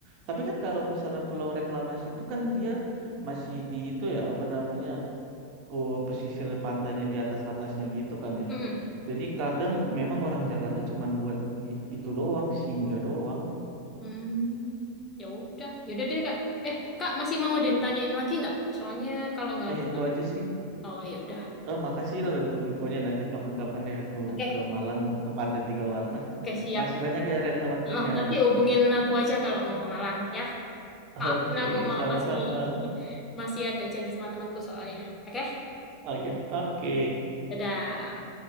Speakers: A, on the right (about 40°); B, on the left (about 20°).
A: Tapi kan kalau misalnya Pulau Reklamasi itu kan dia masih di itu ya apa namanya ke pesisir pantainya di atas atasnya gitu kan ya.
B: Mm.
A: Jadi kadang memang orang Jakarta cuman buat i- itu doang, singgah doang.
B: Hmm, ya udah, ya udah deh, Kak. Eh, Kak masih mau ada yang ditanyain lagi nggak? Soalnya kalau nggak ada,
A: Eh itu
B: Kak.
A: aja sih.
B: Oh, ya udah.
A: Eh, makasih loh untuk infonya nanti kapan-kapan deh aku
B: Oke,
A: ke Malang ke Pantai Tiga Warna.
B: Oke, siap.
A: Makasih banyak ya Retno waktunya.
B: Ah, nanti hubungin aku aja kalau mau ke Malang, ya.
A: Oke,
B: Maafin aku ma-
A: sama-sama.
B: masih <laughs> masih ada janji sama temanku soalnya. Oke,
A: Oh ya, oke.
B: Dadah.